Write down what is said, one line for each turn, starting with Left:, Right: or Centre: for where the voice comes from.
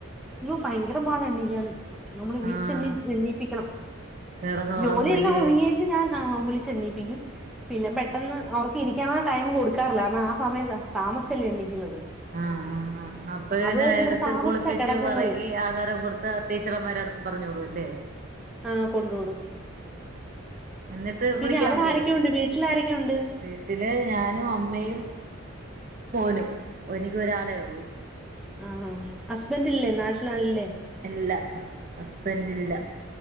Centre: ഇയ്യൊ ഭയങ്കര പാടാണ് ഇയാള് നമ്മള് വിളിച്ച്
Right: ആഹ്
Centre: എണ്ണി എണ്ണീപ്പിക്കണം
Right: കിടന്നുറങ്ങൂല്ലേ
Centre: ജോലിയെല്ലാം ഒതുങ്ങിയേച്ച് ഞാൻ വിളിച്ച് എണ്ണിപ്പിക്കും. പിന്നെ പെട്ടെന്ന് അവർക്ക് ഇരിക്കാനുള്ള ടൈം കൊടുക്കാറില്ല കാരണം ആ സമയം താമസിച്ചല്ലേ എണീക്കുന്നത്.
Right: ആഹ ആഹ് ആഹ് അപ്പഴ് പിന്നെ
Centre: അതുപോലെ ഇവിടെ
Right: എടുത്ത്
Centre: താമസിച്ചാ
Right: കുളിപ്പിച്ച്
Centre: കെടക്കുന്നത്
Right: പെറകി ആഹാരവും കൊടുത്ത് ടീച്ചർമാരെ അടുത്ത് പറഞ് വിടും അല്ലേ?
Centre: ആഹ് കൊണ്ട് വിടും
Right: എന്നിട്ട്
Centre: പിന്നെ
Right: വിളിക്കാൻ
Centre: അവിടെ
Right: പോകും
Centre: ആരൊക്കെയുണ്ട് വീട്ടിൽ ആരൊക്കെയുണ്ട്.
Right: വീട്ടില് ഞാനും അമ്മയും. മോനും എനിക്ക് ഒരാളെ ഉള്ളൂ.
Centre: ആഹ് ഹസ്ബന്റ് ഇല്ലേ നാട്ടിലാളില്ലേ
Right: ഇല്ല ഹസ്ബന്റ് ഇല്ല.